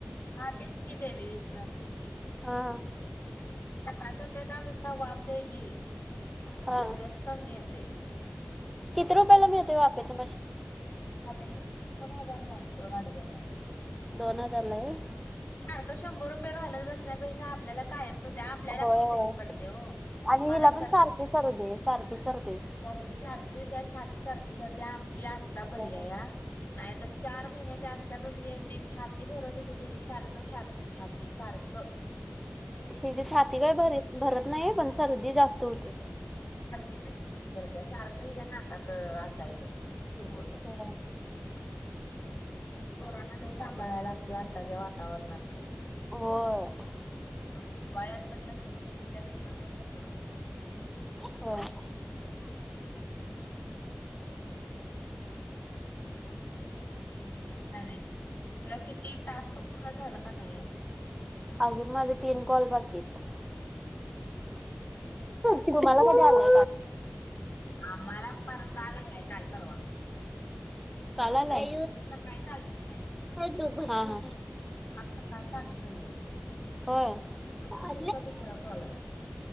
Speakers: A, on the left (about 85°); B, in the centre.
A: हा तेच की बेबी व्हिक्स असतय ते
B: हा
A: सकाळ संध्याकाळ नुसता वाफ द्यायची
B: हा
A: लगेच कमी येते.
B: किती रुपयाला मिळते वाफेचं मशीन
A: वाफेच मशीन दोन हजारला दोन अडीच हजारला
B: दोन हजारला होय
A: सारखं शंभर रुपये घालत बसण्यापेक्षा आपल्याला कायमच ते आपल्याला
B: होय
A: पण उपयोगी
B: होय
A: पडते हो
B: आणि
A: तुम्हाला
B: हिला
A: सर्दी
B: पण सारखी
A: झाली
B: सर्दी आहे सारखी सर्दी.
A: सर्दी सारखी होत्या छाती सारखी भरते आमची आता बरी
B: हो हो.
A: आहे या. नाही तर चार महिन्याच्या असल्यापासन एवढी छाती भरत होती तीची सारखं छाती छाती सारखं.
B: हिची छाती काय भर भरत नाहीये पण शर्दी जास्त होते
A: सर्दीने सारखं हिच्या नाकात असायचं शेंबूड
B: हो
A: पोरांना लय सांभाळयला लागते आत्ताच्या वातावरणात तर
B: होर
A: हिवाळ्यात पण तसंच थंडीच्या दिवसात पण तसंच
B: होय
A: नाय नाय किती तास्क पूर्ण झालं का नाही अजून
B: अजून माझे तीन कॉल बाकी येतं
A: तीन कॉल
B: तुम्हाला कधी आला
A: आम्हाला पार काल आलाय काल परवा
B: आलाय?
A: सकाळी चालू केलाय
B: हा हा
A: आज सकाळी चालू केलंय
B: होय
A: आता
B: हा
A: तुमचा दुसरा कॉल आहे.